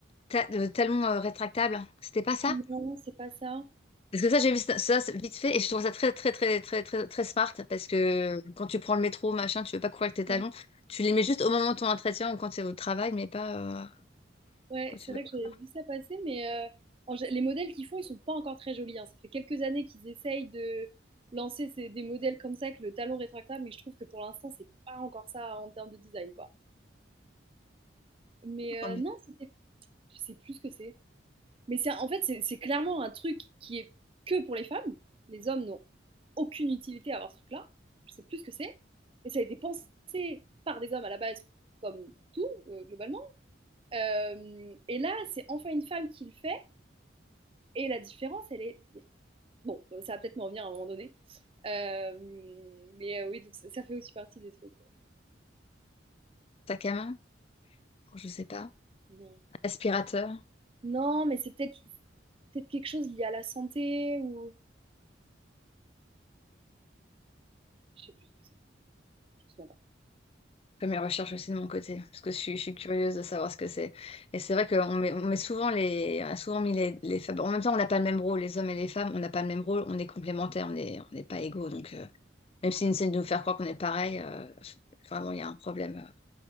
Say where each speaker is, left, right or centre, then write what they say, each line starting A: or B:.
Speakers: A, on the left (about 30°); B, on the right (about 30°).
A: ta- le talon euh, rétractable. C'était pas ça?
B: Non, c'est pas ça.
A: Parce que ça, j'ai vu ça, ça, c'est vite fait et je trouve ça très, très, très, très, très, très smart parce que quand tu prends le métro, machin, tu veux pas courir avec tes talons.
B: Ouais,
A: Tu les mets juste au moment de ton entretien ou quand tu es au travail, mais pas euh,
B: ouais,
A: quand tu
B: c'est
A: vas
B: vrai
A: courir.
B: que j'avais vu ça passer, mais euh, en gé- les modèles qu'ils font, ils sont pas encore très jolis. hein. Ça fait quelques années qu'ils essayent de lancer ces- des modèles comme ça avec le talon rétractable, mais je trouve que pour l'instant, c'est pas encore ça en termes de design, quoi. Mais euh,
A: Tant mieux.
B: non, c'était, je sais plus ce que c'est. Mais c'est, en fait, c'est c'est clairement un truc qui est que pour les femmes. Les hommes n'ont aucune utilité à avoir ce truc-là. Je sais plus ce que c'est. Mais ça a été pensé par des hommes à la base, comme tout, euh, globalement. Euh, et là, c'est enfin une femme qui le fait. Et la différence, elle est. Bon, euh, ça va peut-être m'en revenir à un moment donné. Euh, mais euh, oui, donc ça- ça fait aussi partie des trucs.
A: Sac à main, je sais pas.
B: Non.
A: Aspirateur.
B: Non, mais c'est peut-être peut être quelque chose lié à la santé ou. Je ne sais plus ce que c'est. Je ne me souviens pas.
A: Je fais mes recherches aussi de mon côté parce que je suis, je suis curieuse de savoir ce que c'est. Et c'est vrai qu'on met, on met souvent les, on a souvent mis les, les femmes. En même temps, on n'a pas le même rôle, les hommes et les femmes, on n'a pas le même rôle, on est complémentaires, on est, on n'est pas égaux. Donc, euh, même s'ils
B: Mm.
A: essaient de nous faire croire qu'on est pareil, euh, vraiment, il y a un problème. euh,